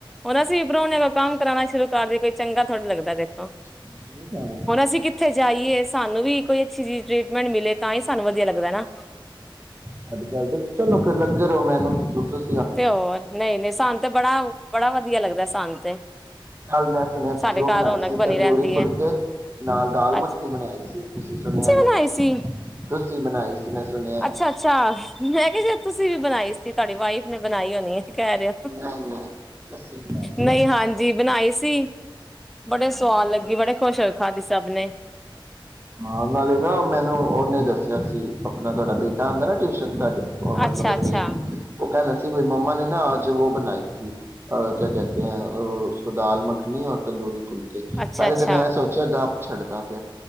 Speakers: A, in the centre; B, on the right (about 25°).
A: ਹੁਣ ਅਸੀਂ ਵੀ ਪ੍ਰਰਾਣੇ ਕੋਈ ਕੰਮ ਕਰਾਣਾ ਸ਼ੁਰੂ ਕਰਦਈਏ ਕੋਈ ਚੰਗਾ ਥੋੜ੍ਹਾ ਲੱਗਦਾ ਦੇਖੋ।
B: ਨਹੀਂ ਜਾਣਾ
A: ਹੁਣ, ਅਸੀਂ ਕਿੱਥੇ ਜਾਈਏ ਸਾਨੂੰ ਵੀ ਕੋਈ ਅੱਛੀ ਚੀਜ਼ ਟਰੀਟਮੈਂਟ ਮਿਲੇ ਤਾਂ ਹੀ ਸਾਨੂੰ ਵਧੀਆ ਲੱਗਦਾ ਨਾ
B: ਤੁਹਾਡੀ ਗੱਲ ਬਿਲ, ਚਲੋ ਫੇਰ ਲੱਗੇ ਰਹੋ ਮੈਨੂੰ ਕੀ <unintelligible>
A: ਤੇ ਹੋਰ ਨਹੀਂ ਨਹੀਂ, ਸਾਨੂੰ ਤੇ ਬੜਾ ਬੜਾ ਵਧੀਆ ਲੱਗਦਾ ਸਾਨੂੰ ਤੇ
B: ਹੱਲ ਮੈਂ ਸੁਣਿਆ, ਤੁਸੀਂ
A: ਸਾਡੇ
B: ਉਹ ਬਣਾਈ
A: ਘਰ ਰੌਣਕ
B: ਸੀ,
A: ਬਣੀ
B: ਤੰਦੂਰੀ
A: ਰਹਿੰਦੀ
B: ਫੁਲਕੇ
A: ਹੈ
B: ਨਾਲ ਦਾਲ
A: ਅੱਛਾ
B: -ਮੱਖਣੀ ਬਣਾਈ ਸੀ। ਤੁਸੀਂ ਸੁਣਿਆ- ਮੈਂ
A: ਬਣਾਈ ਸੀ
B: ਤੁਸੀ ਬਣਾਈ ਸੀ ਮੈਂ ਸੁਣਿਆ।
A: ਅੱਛਾ-ਅੱਛਾ, ਮੈਂ ਕਿਹਾ ਸ਼ਾਇਦ ਤੁਸੀਂ ਵੀ ਬਣਾਈ ਸੀ। ਤੁਹਾਡੀ ਵਾਈਫ ਨੇ ਬਣਾਈ ਹੋਣੀਏ। ਕਹਿ ਰਿਹਾ।
B: ਨਹੀਂ ਨਹੀਂ ਅਸੀਂ ਬਣਾਈ
A: ਨਹੀਂ
B: ਨਾ
A: ਹਾਂਜੀ, ਬਣਾਈ ਸੀ। ਬੜੇ ਸਆਦ ਲੱਗੀ। ਬੜੇ ਖੁਸ਼ ਹੋਏ ਖਾਂਦੇ ਸਭ ਨੇ।
B: ਹਾਂ, ਨਾਲੇ ਦਾ ਮੈਨੂੰ ਉਹਨੇ ਦੱਸਿਆ ਸੀ, ਆਪਣਾ ਤੁਹਾਡਾ ਬੇਟਾ ਆਉਂਦਾ ਨਾ ਟਿਊਸ਼ਨ ਤੁਹਾਡੇ ਮਤਲਬ
A: ਅੱਛਾ-ਅੱਛਾ,
B: ਬ ਉਹ ਕਿਹ ਮੇਰੀ ਮੰਮਾ ਨੇ ਨਾ ਆਜ ਉਹ ਬਣਾਈ ਥੀ। ਆਹ ਕਿਆ ਕਹਿਤੇ ਹੈ, ਆਹ ਉਸ ਕੋ ਦਾਲ- ਮੱਖਣੀ ਔਰ ਤੰਦੂਰੀ ਫੁਲਕੇ,
A: ਅੱਛਾ-ਅੱਛਾ,
B: ਪਹਿਲੇ ਤਾਂ ਮੈਂ ਸੋਚਿਆ ਗਾਂ ਛੱਡਦਾ ਪਿਆ।